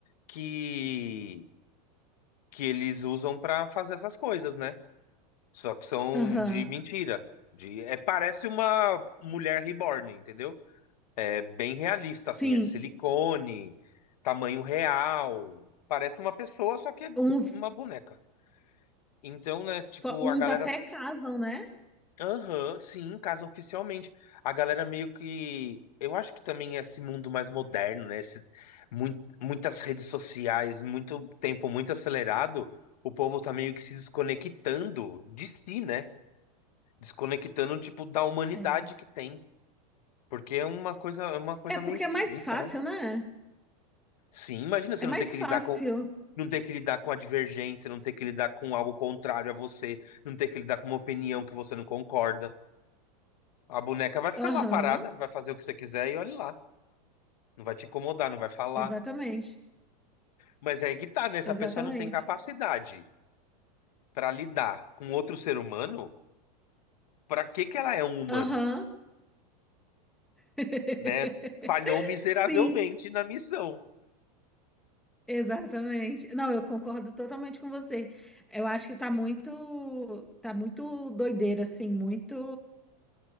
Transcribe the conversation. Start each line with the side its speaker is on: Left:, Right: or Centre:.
Left: que, que eles usam pra fazer essas coisas, né? Só que são
Centre: aham.
Left: de mentira. De, é, parece uma mulher reborn, entendeu? É bem realista,
Centre: Sim,
Left: assim, é de silicone, tamanho real. Parece uma pessoa, só que é
Centre: uns,
Left: uma boneca. Então, né,
Centre: só,
Left: tipo,
Centre: uns
Left: a galera.
Centre: até casam, né?
Left: Aham, sim, casa oficialmente. A galera meio que. Eu acho que também é esse mundo mais moderno, né? esse mui- muitas redes sociais, muito tempo muito acelerado. O povo tá meio que se desconectando de si, né? Desconectando, tipo, da humanidade
Centre: É.
Left: que tem. Porque é uma coisa, é uma coisa
Centre: É porque
Left: meio esquisita,
Centre: é mais fácil,
Left: né?
Centre: né?
Left: Sim, imagina você
Centre: É mais
Left: não ter que
Centre: fácil.
Left: lidar com. não ter que lidar com a divergência, não ter que lidar com algo contrário a você, não ter que lidar com uma opinião que você não concorda. A boneca vai ficar
Centre: Aham,
Left: lá parada, vai fazer o que você quiser e olhe lá. Não vai te incomodar, não vai falar.
Centre: exatamente,
Left: Mas é aí é que tá, né? Se
Centre: exatamente.
Left: a pessoa não tem capacidade para lidar com outro ser humano, para que que ela é um humano,
Centre: Aham. <laughs>
Left: né? Falhou miseravelmente
Centre: Sim,
Left: na missão.
Centre: exatamente. Não, eu concordo totalmente com você. Eu acho que tá muito, tá muito doideira, assim, muito.